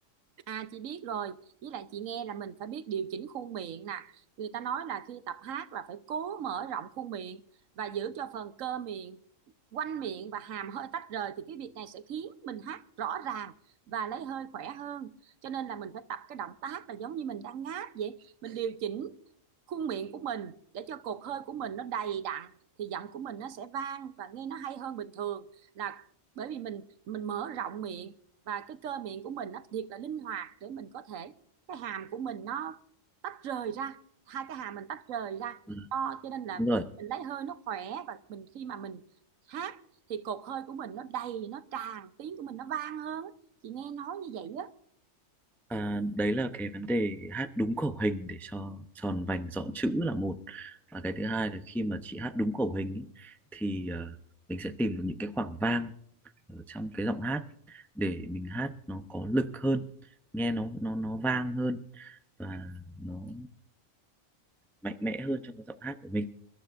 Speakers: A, on the right; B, in the centre.
A: À chị biết rồi, với lại chị nghe là mình phải biết điều chỉnh khuôn miệng nè. Người ta nói là khi tập hát là phải cố mở rộng khuôn miệng và giữ cho phần cơ miệng, quanh miệng và hàm hơi tách rời thì cái việc này sẽ khiến mình hát rõ ràng và lấy hơi khỏe hơn. Cho nên là mình phải tập cái động tác là giống như mình đang ngáp vậy. Mình điều chỉnh khuôn miệng của mình để cho cột hơi của mình nó đầy đặn thì giọng của mình nó sẽ vang và nghe nó hay hơn bình thường là bởi vì mình mình mở rộng miệng và cái cơ miệng của mình nó thiệt là linh hoạt để mình có thể cái hàm của mình nó tách rời ra hai cái hàm mình tách rời ra
B: Ừ,
A: to cho nên là
B: đúng rồi
A: mình lấy hơi nó khỏe và mình khi mà mình hát thì cột hơi của mình nó đầy nó tràn tiếng của mình nó vang hơn chị nghe nói như vậy á
B: À, đấy là cái vấn đề hát đúng khẩu hình để cho tròn vành rõ chữ là một và cái thứ hai là khi mà chị hát đúng khẩu hình ý, thì ờ, mình sẽ tìm được những cái khoảng vang ở trong cái giọng hát để mình hát nó có lực hơn nghe nó nó nó vang hơn và nó mạnh mẽ hơn trong cái giọng hát của mình